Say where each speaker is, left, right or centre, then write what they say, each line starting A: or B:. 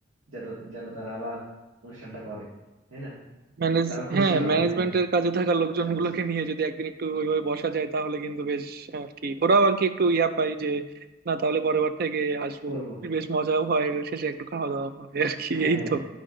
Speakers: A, on the right; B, on the right.
A: যাতে যেন তারা আবার অনুষ্ঠানটা করে তাই না
B: ম্যানেজ
A: তারা খুশি
B: হ্যাঁ
A: হবে
B: ম্যানেজমেন্টের
A: হ্যাঁ
B: কাজে থাকা লোকজন
A: জানাচ্ছে
B: গুলোকে নিয়ে যদি একদিন একটু ওইভাবে বসা যায় তাহলে কিন্তু বেশ আর কি ওরাও আর কি একটু ইয়া পায় যে না তাহলে পরের বার থেকে আসবো
A: করবো
B: বেশ মজাও হয় এর শেষে একটু খাওয়া দাওয়া হয় আর কি
A: হ্যাঁ
B: এই তো